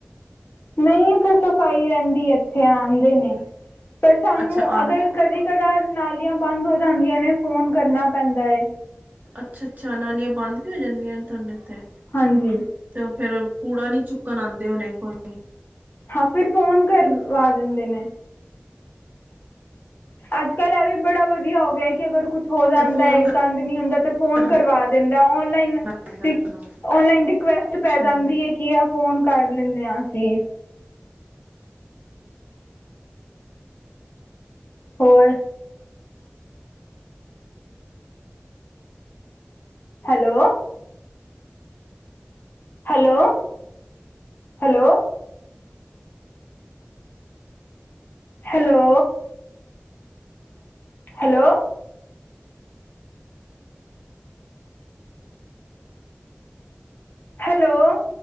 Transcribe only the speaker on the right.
ਅੱਛਾ ਆ
ਅੱਛਾ-ਅੱਛਾ, ਨਾਲੀਆਂ ਬੰਦ ਵੀ ਹੋ ਜਾਂਦੀਆਂ ਨੇ, ਤੁਹਾਡੇ ਇੱਥੇ।
ਤੇ ਉਹ ਫੇਰ ਕੂੜਾ ਨੀ ਚੁੱਕਣ ਆਂਦੇ ਹੋਣੇ ਕੋਈ।
ਅੱਛਾ
ਫੋਨ
ਕਰਨਾ
ਪੈਂਦਾ ਤੁਹਾਨੂੰ
ਠੀਕ